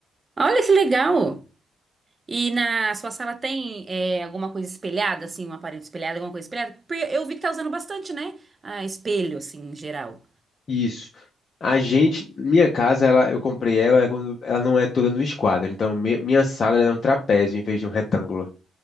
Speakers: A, on the right; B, on the left.
A: Olha que legal! E na sua sala tem é, alguma coisa espelhada, assim, um aparelho espelhado, alguma coisa espelhada? Porque eu vi que tá usando bastante, né? Ah, espelho, assim, em geral.
B: Isso. A gente, minha casa, ela, eu comprei ela quando ela não é toda no esquadro. Então, mi- minha sala ela é um trapézio em vez de um retângulo.